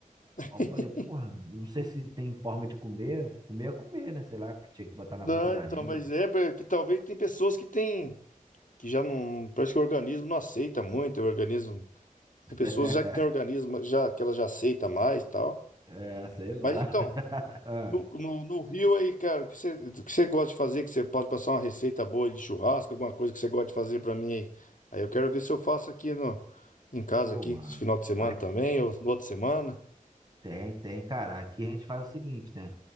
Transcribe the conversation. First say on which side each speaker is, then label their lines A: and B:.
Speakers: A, on the left (about 65°); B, on the right (about 30°).
A: <laughs>
B: Aí eu falei, porra, não sei se tem forma de comer. Comer é comer, né? Sei lá, que tinha que botar na
A: Não,
B: ponta da
A: então,
B: língua.
A: mas é pra- que talvez tem pessoas que têm, que já não, não- parece que o organismo não aceita muito, o organismo, tem pessoas
B: <laughs>
A: já que tem organismo, já que ela já aceita mais, e tal.
B: É, sei lá.
A: Mas então,
B: <laughs> Ah,
A: no, no, no Rio aí, cara, o que você, o que você gosta de fazer, que você pode passar uma receita boa de churrasco, alguma coisa que você gosta de fazer pra mim aí. Aí eu quero ver se eu faço aqui no, em casa
B: Pô,
A: aqui,
B: mano.
A: esse final de semana
B: Ah,
A: também, ou no outra semana.
B: tem, tem, cara. Aqui a gente faz o seguinte, né?